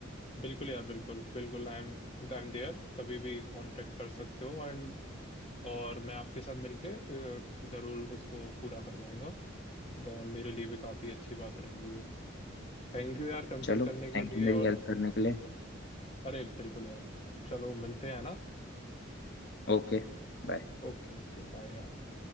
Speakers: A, on the left (about 30°); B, on the left (about 55°).
A: बिल्कुल यार बिल्कुल बिल्कुल आई एम आई एम देयर कभी भी कांटेक्ट कर सकते हो एंड और मैं आपके साथ मिलके अ, जरूर इसको पूरा करवाऊंगा देन मेरे लिए भी काफी अच्छी बात रहेगी ये। थैंक यू यार कंसल्ट
B: चलो
A: करने के
B: थैंक
A: लिए
B: यू मेरी
A: और
B: हेल्प करने के लिए
A: अरे बिल्कुल यार चलो मिलते हैं ना
B: Okay bye
A: ओके ओके बाय यार